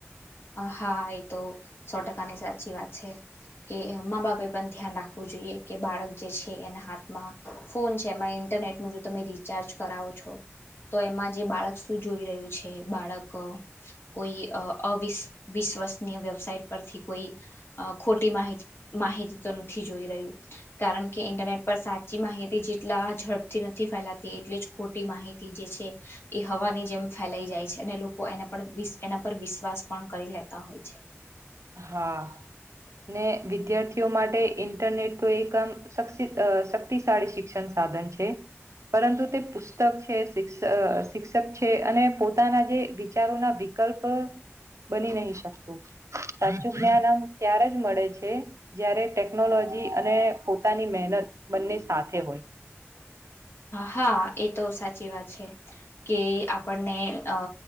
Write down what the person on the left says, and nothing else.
હા એ તો સો ટકાની સાચી વાત છે કે મા બાપે પણ ધ્યાન રાખવું જોઈએ કે બાળક જે છે એના હાથમાં ફોન છે મા ઇન્ટરનેટ નું જો તમે રિચાર્જ કરાવો છો તો એમાં જે બાળક શું જોઈ રહ્યું છે બાળક કોઈ અિ વિશ્વસનીય વેબસાઇટ પરથી કોઈ ખોટી માહિતી તો નથી જોઈ રહ્યો કારણ કે ઇન્ટરનેટ પર સાચી માહિતી જેટલા ઝડપથી નથી ફેલાતી એટલે મોટી માહિતી જે છે એ હવાની જેમ ફેલાઈ જાય છે અને લોકો એને પણ એના પર વિશ્વાસ પણ કરી લેતા હોય છે
હા એ તો સાચી વાત છે કે આપણને અ